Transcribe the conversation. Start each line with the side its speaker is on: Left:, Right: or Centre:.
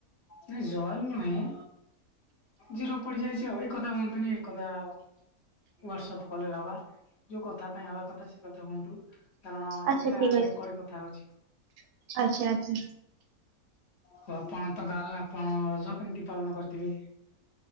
Left: ନାଇ ଜଏନ୍ ନୁହେଁ। ଜିରୋ ପଡିଯାଇଛି ଆଉ ଏକଥା ହୁଅନ୍ତୁନି ଏକଥା ଆଉ। ୱାଟସପ୍ କଲରେ ହବା ଯୋଉ କଥା ପାଇଁ ହବା କଥା ସେ କଥା ହୁଅନ୍ତୁ। କାରଣ
Right: ଆଚ୍ଛା
Left: ଏଇଟା
Right: ଠିକ
Left: ରେକର୍ଡ କଥା ହଉଚି।
Right: ଅଛି ଆଚ୍ଛା ଆଚ୍ଛା
Left: ଓ ଆପଣ ତ ଗାଲ ଆପଣ ରଜ କେମିତି ପାଳନ କରିଥିବେ?